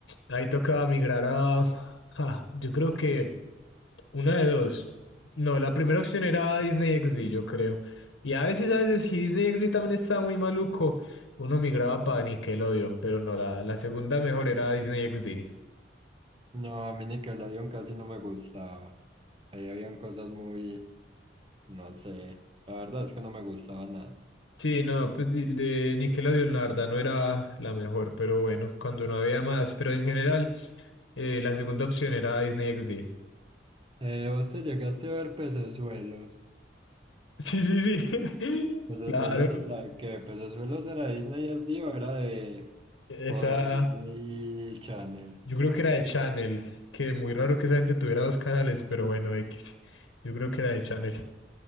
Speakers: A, on the left; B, on the right.
A: Ahí tocaba migrar a... ah, yo creo que una de dos. No, la primera opción era Disney XD, yo creo. Y a veces, a veces, si Disney XD también estaba muy maluco, uno migraba para Nickelodeon, pero no, la, la segunda mejor era Disney XD.
B: No, a mí Nickelodeon casi no me gustaba. Ahí habían cosas muy, no sé, la verdad es que no me gustaba nada.
A: Sí, no, pues di- de Nickelodeon la verdad no era la mejor, pero bueno, cuando no había más, pero en general, eh, la segunda opción era Disney XD. <laughs>
B: Eh, ¿vos te llegaste a ver Pecesuelos?
A: Sí, sí, sí.
B: ¿Pecesuelos
A: <laughs> Claro,
B: era de qué? ¿Pecesuelos era de Disney SD o era de,
A: esa.
B: o de Disney Channel?
A: Yo creo que era de Channel, que muy raro que esa gente tuviera dos canales, pero bueno, X. Yo creo que era de Channel.